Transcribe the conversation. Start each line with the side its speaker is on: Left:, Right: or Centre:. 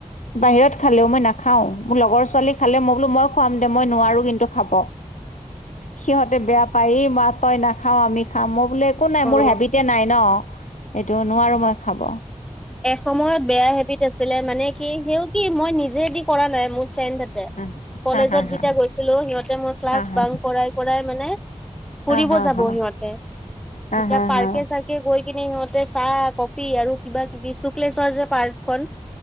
Left: বাহিৰত খালেও মই নাখাও মোৰ লগৰ ছোৱালী খালে মই বোলো মই খোৱাম দে মই নোৱাৰো কিন্তু খাব সিহঁতে বেয়া পায়েই বা তই নাখাও আমি খাম বোলে একো নাই মোৰ
Centre: অ
Left: হেবিতে নাই ন সেইটো নোৱাৰো মই খাব
Centre: সময়ত বেয়া হেবিট আছিলে মানে কি সেও কি মই নিজে দি কৰা নাই মোৰ ফ্ৰেণ্ডহঁতে
Left: হা
Centre: কলেজত
Left: হা হা
Centre: যেতিয়া গৈছিলো সিহঁতে মোৰ ক্লাছ
Left: হা হা
Centre: বাউন কৰাই কৰাই মানে ফুৰিব
Left: হা হা
Centre: যাব
Left: হা
Centre: সিহতে তেতিয়া
Left: হা হা
Centre: পাৰ্কে
Left: হা
Centre: চাৰ্কে গ গৈ কিনে সিহঁতে চাহ কফি আৰু কিবা কিবি শুক্লেশ্বৰ যে পাৰ্কখন